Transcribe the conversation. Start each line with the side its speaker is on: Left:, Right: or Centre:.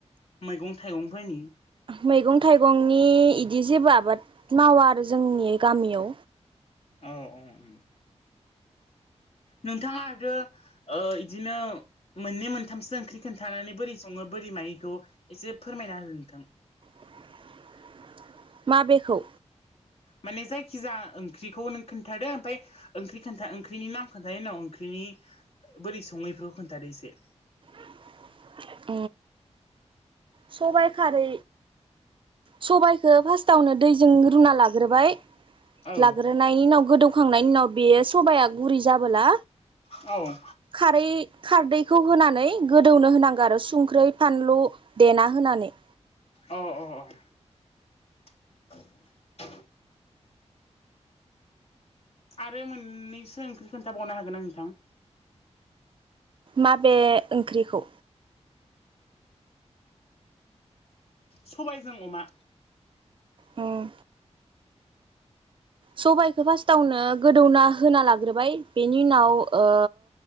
Left: मैगं थाइगंफोरनि
Right: मैगं थाइगंनि इदि जेबो आबाद मावा आरो जोंनि गामियाव
Left: औ औ उम नोंथाङा आरो ओ इदिनो मोननै मोनथामसो ओंख्रि खोन्थानानै बोरै सङो बोरै मायो एखौ एसे फोरमायना हो नोंथां
Right: <inaudible> माबेखौ
Left: माने जायखिजाया ओंख्रिखौ नों खोन्थादो ओमफा ओंख्रि खोनथा ओंख्रिनि नाम खोन्थादों उनाव ओंख्रिनि बोरै संङो खोन्थादो इसे
Right: <inaudible> सबायाइ खारै सबायाइखोफार्स्टावनो दैजों रुना लाग्रोबाय
Left: औ
Right: लाग्रोनायनि उनाव गोदौखांनायनि उनाव बेयो सबाया गुरै जाबोला
Left: औ
Right: खारै खारदैखौ होनानै गोदौनो होनांगौ आरो संख्रै फानलु देना हो नानै।
Left: अ अ अ। <inaudible> आरो मोननैसो ओंख्रि खोनथाबावनो हागोन ना नोंथां?
Right: माबे ओंख्रिखौ?
Left: सबायजों अमा।
Right: उम। सबायाइखो फार्स्टावनो गोदौना होना लाग्रोबाय, बेनि उनाव ओ